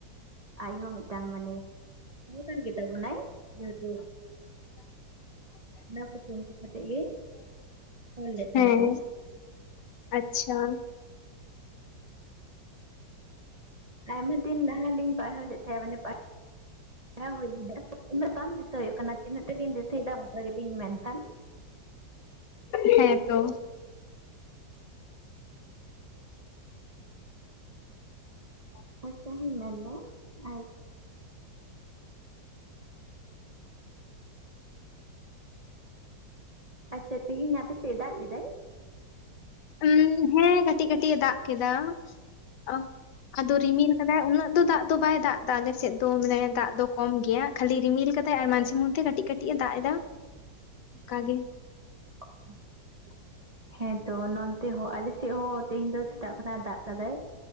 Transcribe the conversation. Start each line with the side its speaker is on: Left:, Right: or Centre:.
Right: ᱟᱡ ᱦᱚᱸ ᱢᱤᱫᱴᱟᱝ ᱢᱟᱱᱮ <unintelligible> ᱜᱮᱛᱟ ᱵᱚᱱᱟᱭ ᱡᱮᱦᱮᱛᱩ ᱚᱱᱟ ᱠᱚ ᱠᱩᱱᱴᱟᱹ ᱠᱟᱛᱮᱜ ᱜᱮ ᱚᱞ ᱞᱮᱫ ᱛᱟᱦᱮᱸᱜ-ᱟᱭ᱾
Left: ᱦᱮᱸ ᱟᱪᱪᱷᱟ᱾
Right: ᱟᱭᱢᱟ ᱫᱤᱱ ᱞᱟᱦᱟ ᱞᱤᱧ ᱯᱟᱲᱦᱟᱣ ᱞᱮᱫ ᱛᱟᱦᱮᱸ ᱢᱟᱱᱮ ᱯᱟᱲᱦᱟᱣ ᱦᱩᱭ ᱞᱮᱱᱟ ᱩᱱᱟᱹᱜ ᱵᱟᱝ ᱫᱤᱥᱟᱹ ᱦᱩᱭᱩᱜ ᱠᱟᱱᱟ ᱛᱤᱱᱟᱹᱜ ᱛᱤᱱᱟᱜ ᱴᱟ ᱞᱤᱧ ᱫᱤᱥᱟᱹᱭᱮᱫᱟ ᱚᱱᱠᱟ ᱜᱮᱞᱤᱧ ᱢᱮᱱᱠᱷᱟᱱ
Left: ᱦᱮᱸ ᱛᱚ᱾ ᱚᱻ
Right: ᱟᱪᱪᱷᱟ ᱦᱮᱸ <unintelligible> ᱟᱨ ᱟᱪᱪᱷᱟ ᱛᱮᱦᱮᱧ ᱟᱯᱮ ᱥᱮᱫ ᱫᱟᱜ ᱞᱤᱫᱟᱭ?
Left: ᱩᱸᱢ ᱦᱮᱸ ᱠᱟᱹᱴᱤᱡ ᱠᱟᱹᱴᱤᱡ ᱮ ᱫᱟᱜ ᱠᱤᱫᱟ ᱾ ᱚᱻ ᱟᱫᱚ ᱨᱤᱢᱤᱞ ᱠᱟᱫᱟᱭ ᱩᱱᱟᱹᱜ ᱫᱚ ᱫᱟᱜ ᱛᱚ ᱵᱟᱭ ᱫᱟᱜ ᱫᱟ ᱟᱞᱮᱥᱮᱫ ᱫᱚ ᱢᱟᱱᱮ ᱫᱟᱜ ᱫᱚ ᱠᱚᱢ ᱜᱮᱭᱟ ᱠᱷᱟᱹᱞᱤ ᱨᱤᱢᱤᱞ ᱠᱟᱫᱟᱭ ᱟᱨ ᱢᱟᱡᱷᱮ ᱢᱚᱫᱷᱮ ᱠᱟᱹᱴᱤᱡ ᱠᱟᱹᱴᱤᱡ ᱮ ᱫᱟᱜ ᱮᱫᱟ ᱾
Right: <inaudible>
Left: ᱚᱱᱠᱟᱜᱮ ᱾
Right: <inaudible> ᱦᱮᱸᱛᱚ ᱱᱚᱱᱛᱮ ᱦᱚᱸ ᱟᱞᱮ ᱥᱮᱫ ᱦᱚᱸ ᱛᱮᱦᱮᱧ ᱫᱚ ᱥᱮᱛᱟᱜ ᱠᱷᱚᱱᱟᱜ ᱫᱟᱜ ᱠᱟᱫᱟᱭ ᱾